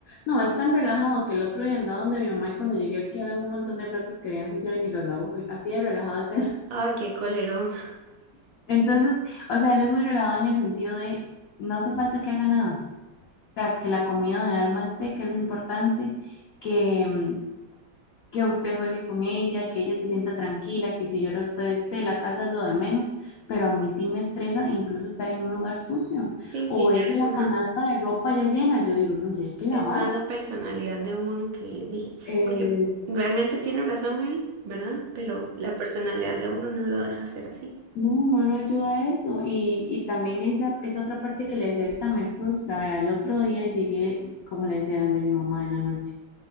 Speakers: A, on the left (about 75°); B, on the right (about 75°).
A: No, es tan relajado que el otro día andaba donde mi mamá y cuando llegué aquí había un montón de platos que habían ensuciado y ni los lavó, y así de relajado es él.
B: Ay, qué colerón. <laughs>
A: <laughs> Entonces, o sea, él es muy relajado en el sentido de no hace falta que haga nada. O sea, que la comida de alma esté, que es lo importante, que, mm, que usted juegue con ella, que ella se sienta tranquila, que si llora usted esté, la casa es lo de menos, pero a mí sí me estresa incluso estar en un lugar sucio
B: Sí,
A: o
B: sí,
A: ver
B: ya eso
A: la
B: es más.
A: canasta de ropa ya llena, yo digo, no, ya hay que lavar.
B: Es más la personalidad de uno que dije,
A: Es-
B: porque realmente tiene razón él, ¿verdad? Pero la personalidad de uno no lo deja hacer así.
A: no, no lo ayuda a eso. Y, y también esa, esa otra parte que le decía ahorita me frustra. Vea, el otro día llegué, como le decía, donde mi mamá en la noche.